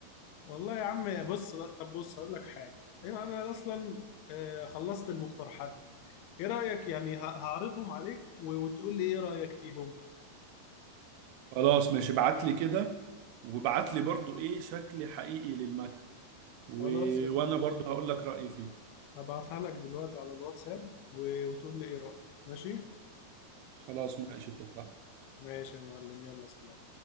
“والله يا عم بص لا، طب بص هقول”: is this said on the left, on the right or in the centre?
Left